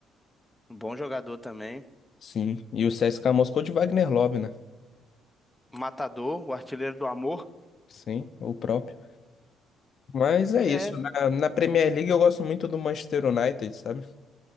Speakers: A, in the centre; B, on the left.
A: um bom jogador também.
B: sim, e o CSKA Moscou de Wagner Love, né?
A: Matador, o artilheiro do amor.
B: Sim, o próprio. Mas é
A: É.
B: isso, na, na Premier League eu gosto muito do Manchester United, sabe?